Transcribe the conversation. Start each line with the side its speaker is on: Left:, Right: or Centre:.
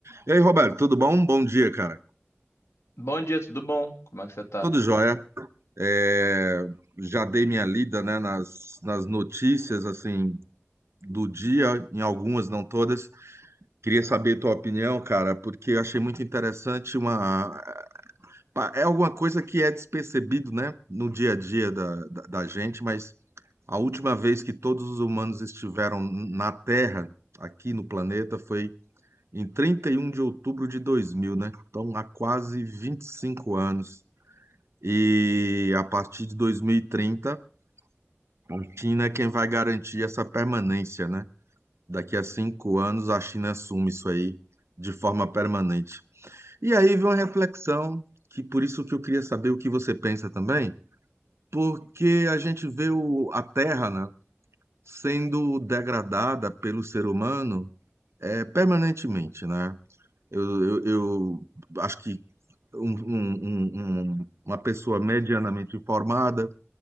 Right: E aí, Roberto, tudo bom? Bom dia, cara.
Left: Bom dia, tudo bom? Como é que você tá?
Right: Tudo jóia. É, já dei minha lida, né, nas, nas notícias, assim, do dia, em algumas, não todas. Queria saber tua opinião, cara, porque eu achei muito interessante uma... pa- É alguma coisa que é despercebido, né, no dia a dia da, da, da gente, mas a última vez que todos os humanos estiveram na Terra, aqui no planeta, foi em 31 de outubro de 2000, né? Então, há quase 25 anos. E a partir de 2030, a China é quem vai garantir essa permanência, né? Daqui a cinco anos, a China assume isso aí de forma permanente. E aí vem uma reflexão, que por isso que eu queria saber o que você pensa também, porque a gente vê o- a Terra, né, sendo degradada pelo ser humano é, permanentemente, né? Eu, eu, eu acho que um, um- um- um- uma pessoa medianamente informada